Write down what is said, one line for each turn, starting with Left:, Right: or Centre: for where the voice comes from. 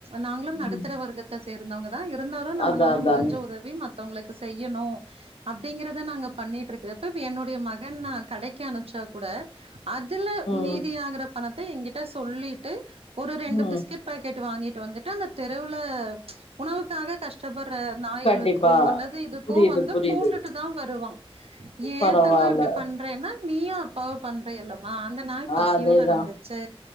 Right: நாங்களு நடுத்தர
Left: ம்
Right: வர்க்கத்த இருந்தாங்க இருந்தாலு நம்மளால
Left: அதா அதாங்க
Right: முடிஞ்ச உதவி ம மத்தவங்களுக்கு செய்யணு அப்டீங்கறத நாங்க பண்ணிட்டு இருக்கப்ப இப்ப என்னுடைய மகன் நா கடைக்க கடைக்கு அனுப்பிச்சா கூட அதுல
Left: ம்
Right: மீதியாகுற பணத்த என்கிட்ட சொல்லிட்டு ஒரு ரெண்டு
Left: ம்
Right: பிஸ்கட் பாக்கெட் வாங்கிட்டு வந்துட்டு அந்த தெருவுல உணவுக்காக கஷ்டப்பட்டு நாய்களுக்கோ
Left: கண்டிப்பா
Right: அல்லது இதுக்கோ
Left: புரியுது
Right: வந்து
Left: புரியுது
Right: போட்டுட்டு தா வருவா ஏத்தங்கோ
Left: பரவால்ல
Right: இப்டி பண்றேன்னா நீயா பண்ற எல்லா அந்த நாய் பசியோட
Left: அதேதா
Right: இருந்துச்சு